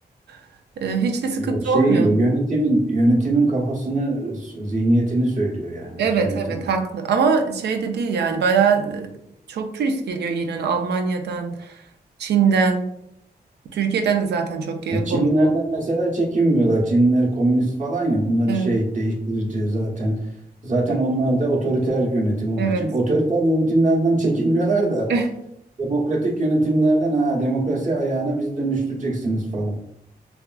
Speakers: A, on the right; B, on the right.
A: <laughs> e, hiç de sıkıntı
B: Yok şey
A: olmuyor.
B: diyor yönetimin yönetimin kafasını zihniyetini söylüyor yani
A: Evet
B: yönetim
A: evet
B: olarak.
A: haklı ama şey de değil yani bayağı e, çok turist geliyor İran'a Almanya'dan, Çin'den. Türkiye'den de zaten çok geliyor
B: Ya Çinlerden
A: komşu.
B: mesela çekinmiyorlar. Çinler komünist falan ya onları
A: Evet.
B: şey değiştirici zaten. Zaten onlar da otoriter yönetim olduğu
A: Evet.
B: için otoriter yönetimlerden çekinmiyorlar da
A: <laughs>
B: demokratik yönetimlerden ha demokrasi ayağına bizi dönüştüreceksiniz falan.